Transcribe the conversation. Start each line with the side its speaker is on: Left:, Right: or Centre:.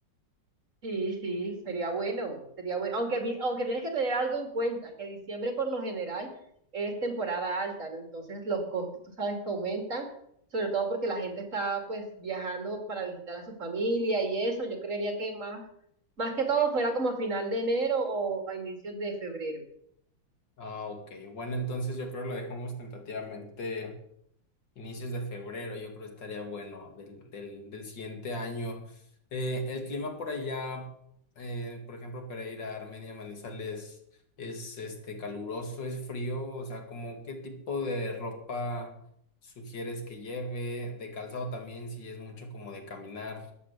Right: Sí, sí, sería bueno, sería bueno. Aunque, mi- aunque tienes que tener algo en cuenta, que diciembre por lo general es temporada alta, ¿no? Entonces los costos, tú sabes que aumentan, sobre todo porque la gente está pues viajando para visitar a su familia y eso. Yo creería que más, más que todo fuera como a final de enero o a inicios de febrero.
Left: Ah, ok. Bueno, entonces yo creo lo dejamos tentativamente inicios de febrero. Yo creo estaría bueno del, del, del siguiente año. Eh, el clima por allá, eh, por ejemplo, Pereira, Armenia, Manizales, es este caluroso, es frío. O sea, como qué tipo de ropa sugieres que lleve, de calzado también, si es mucho como de caminar.